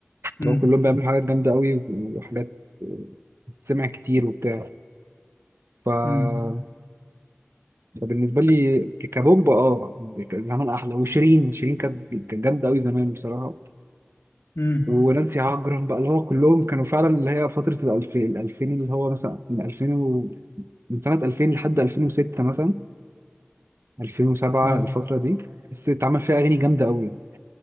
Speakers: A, on the left (about 80°); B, on the right (about 60°).
A: مم.
B: لو كلهم بيعملوا حاجات جامده قوي وحاجات آه، سمع كتير وبتاع ف...
A: مم.
B: فبالنسبه لي ك- كبومب اه زمان احلى وشيرين شيرين كانت كانت جامده قوي زمان بصراحه
A: مم.
B: ونانسي عجرم بقى اللي هو كلهم كانوا فعلا اللي هي فتره الألفين الألفين اللي هو مثلا من 2000 و... من سنه 2000 لحد 2006 مثلا 2007
A: آه.
B: الفتره دي بس اتعمل فيها اغاني جامده قوي